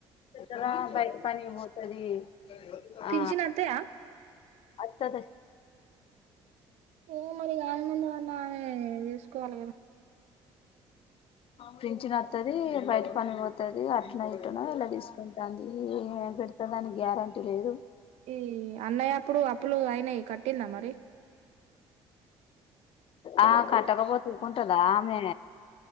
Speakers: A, on the left (about 50°); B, on the right (about 70°).
A: ఇక్కడ బయట పనికి పోతది.
B: పింఛనోత్తయ్య?
A: ఆ అత్తది
B: ఇగ మరి ఆయనన్న ఏమన్నా చేస్కోవాలి గదా
A: పింఛనొత్తది బయట పనికి పోతది అట్టనో ఇట్టనో ఇలా తీసుకుంటాంద్ ఈమె పెడతదని గ్యారంటీ లేదు.
B: ఈ అన్నాయి అప్పుడు అప్పులు అయినయి కట్టిందా మరి
A: ఆ కట్టకపోతే ఊకుంటదా ఆమె